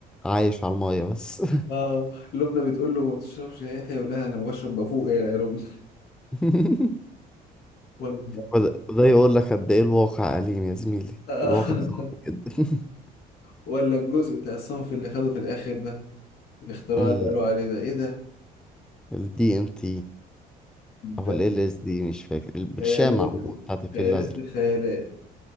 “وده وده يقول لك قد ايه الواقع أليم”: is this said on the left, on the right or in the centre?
Centre